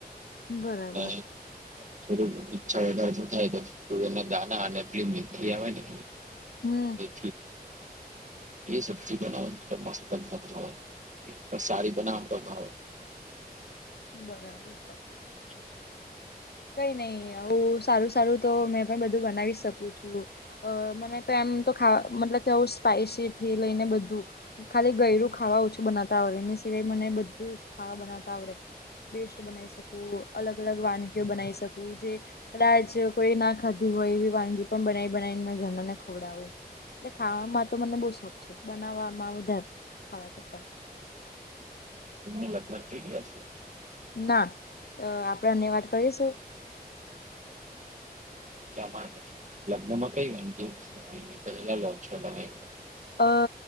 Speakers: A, on the left; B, on the right.
A: બરાબર
B: મેં થોડું ઈચ્છા થાય તો તુવેર ના દાના અને ફિલ્મ ભી આવે ને
A: હમ
B: એ સબ્જી બનાવો તપાસ કરતા ખા સારી બનાવતો હવે.
A: બરાબર.
B: <inaudible>
A: કઈ નહી હું સારું સારું તો મેં પણ બધું બનાવી શકું છું. અ મને તો એમ તો ખા મતલબ કેું સ્પાઈસી થી લઈને બધું. ખાલી ગયરું ખાવા ઓછું બનાવતા આવડે એની સિવાય મને બધું જ ખાવા બનાવતા આવડે બેસ્ટ બનાવી શકું અલગ અલગ વાનગીઓ બનાવી શકું જે કદાચ કોઈ ના ખાધી હોય એવી વાનગી પણ બનાવી બનાવીને મે ઘરના ને ખવડાવું. એટલે ખાવામાં તો મને બહુ શોખ છે બનાવવામાં વધારે ખાવા કરતા.
B: એમની લગન જોઈયા છે.
A: ના આપણેની વાત કરીશું.
B: માટે લગ્ન માં કઈ વાનતુ પેલા લોછો તમે
A: અ